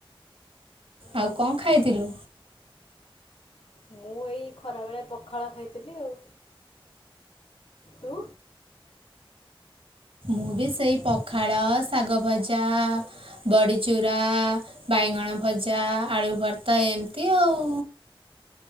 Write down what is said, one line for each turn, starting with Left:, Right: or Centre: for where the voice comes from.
Right: ଆଉ କଣ ଖାଇଥିଲୁ?
Left: ମୁଁ ଏଇ ଖରା ବେଳେ ପଖାଳ ଖାଇଥିଲି ଆଉ। ତୁ?
Right: ମୁଁ ବି ସେଇ ପଖାଳ ଶାଗ ଭଜା ବଡ଼ିଚୁରା ବାଇଗଣ ଭଜା ଆଳୁ ଭର୍ତ୍ତା ଏନ୍ତି ଆଉ।